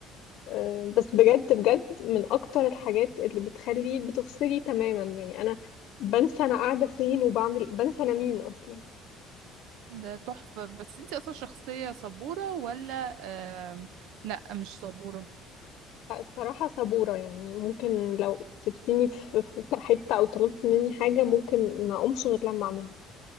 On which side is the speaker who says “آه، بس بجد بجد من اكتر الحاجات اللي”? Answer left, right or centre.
Left